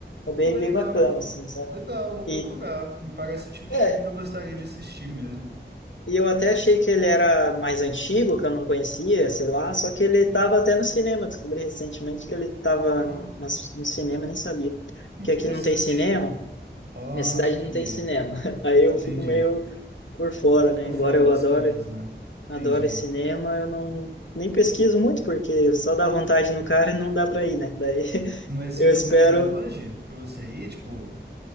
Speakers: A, on the left (about 85°); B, on the right (about 65°).
A: é
B: pô,
A: Bem,
B: legal.
A: bem bacana, assim, sabe?
B: Legal, vou procurar.
A: E,
B: Me parece o tipo de
A: é,
B: filme que eu gostaria de assistir mesmo.
A: e eu até achei que ele era mais antigo, que eu não conhecia, sei lá. Só que ele tava até no cinema. Descobri recentemente que ele tava
B: Ah,
A: nas- no cinema, nem sabia.
B: interessante.
A: Que aqui não tem cinema.
B: Ah,
A: Minha cidade
B: entendi.
A: não tem cinema. <laughs> Aí eu
B: Entendi.
A: fico meio por fora, né?
B: Por
A: Embora
B: fora
A: eu
B: das
A: adore,
B: coisas, né? Entendi.
A: adore cinema, eu não... Nem pesquiso muito, porque só dá vontade no cara e não dá para ir, né? Daí <laughs>
B: Mas
A: eu
B: fica
A: espero
B: muito longe pra você ir, tipo,